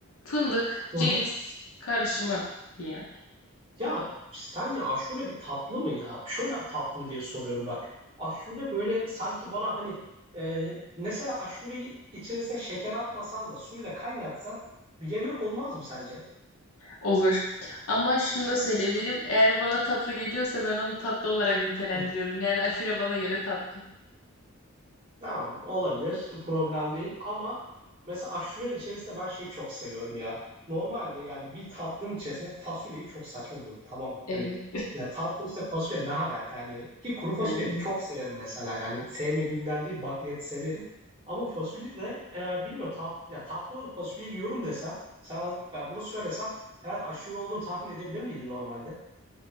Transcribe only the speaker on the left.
fındık,
ceviz karışımı bir yemek
olur. Ama şunu da söyleyebilirim. Eğer bana tatlı geliyorsa ben onu tatlı olarak nitelendiriyorum.
Yani aşure bana göre tatlı.
Evet.
Hı hı.